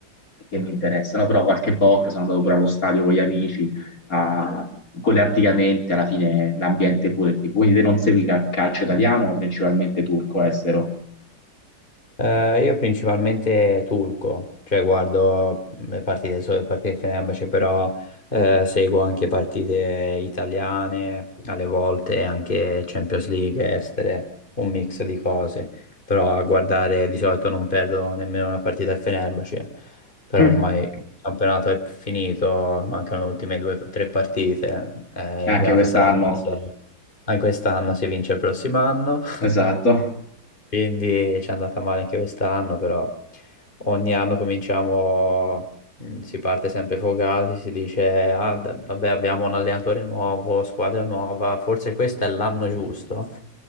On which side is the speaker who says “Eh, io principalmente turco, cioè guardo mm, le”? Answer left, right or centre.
Left